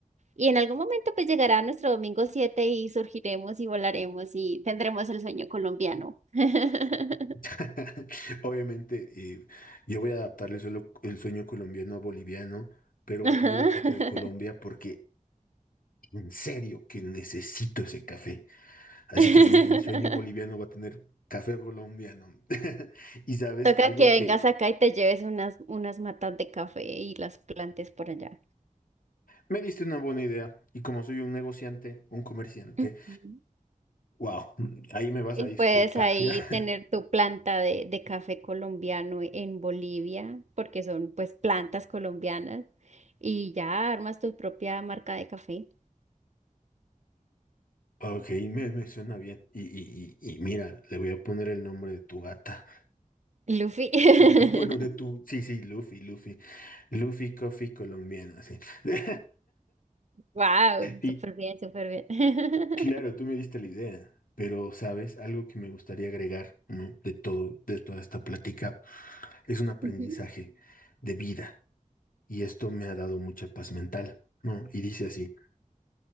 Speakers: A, on the right; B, on the left.
A: Y en algún momento pues llegará nuestro domingo 7 y surgiremos y volaremos y tendremos el sueño colombiano. <laughs>
B: <laughs> Obviamente, eh, yo voy a adaptar el suelo- el sueño colombiano a boliviano, pero va
A: Ajá.
B: a tener un toque de Colombia porque En serio que necesito ese café. Así
A: <laughs>
B: que mi, mi sueño boliviano va a tener café colombiano. <laughs> Y sabes,
A: Toca
B: algo
A: que
B: que
A: vengas acá y te lleves unas, unas matas de café y las plantes por allá.
B: me diste una buena idea. Y como soy un negociante, un comerciante,
A: Ujú.
B: wow, ahí me vas
A: Y
B: a disculpar,
A: puedes ahí
B: ¿ya? <laughs>
A: tener tu planta de, de café colombiano en Bolivia, porque son pues plantas colombianas, y ya armas tu propia marca de café.
B: Ok, me, me suena bien. Y, y, y, y mira, le voy a poner el nombre de tu gata.
A: Luffy. <laughs>
B: Bueno, bueno, de tu. Sí, sí, Luffy, Luffy. Luffy Coffee colombiano, sí. <laughs>
A: Wow,
B: Y,
A: súper bien, súper bien.
B: Claro, tú me diste la idea, pero sabes, algo que me gustaría agregar, ¿no? De todo, de toda esta plática, es
A: <laughs>
B: un aprendizaje
A: Ujú.
B: de vida y esto me ha dado mucha paz mental, ¿no? Y dice así,